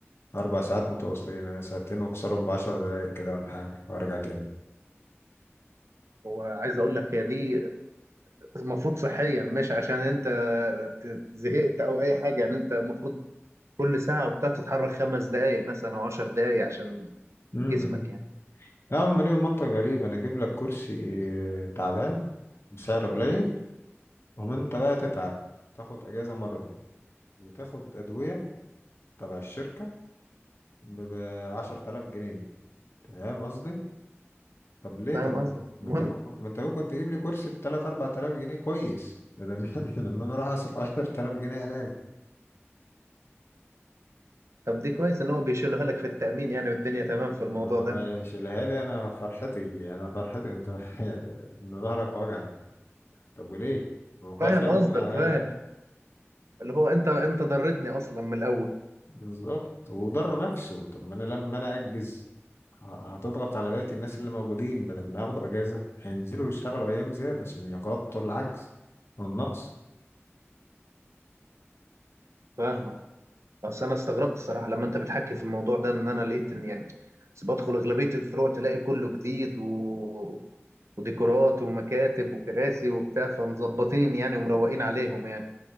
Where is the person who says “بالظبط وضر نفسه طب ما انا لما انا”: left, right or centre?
Left